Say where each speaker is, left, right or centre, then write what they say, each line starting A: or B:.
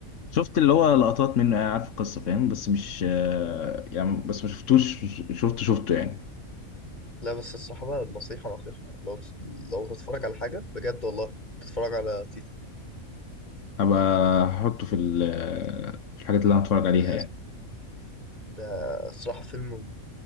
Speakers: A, on the left (about 65°); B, on the left (about 30°).
A: شفت اللي هو لقطات منه يعني عارف القصة فاهم بس مش آه، يعني بس ما شفتوش شفت شفته يعني
B: لا بس الصراحة بقى نصيحة نصيحة لو ت- لو تتفرج على حاجة بجد والله تتفرج على تيتو
A: هبقى هحطه في ال- آه، في الحاجات اللي انا هتفرج عليها
B: في الليست
A: يعني
B: ده الصراحة فيلم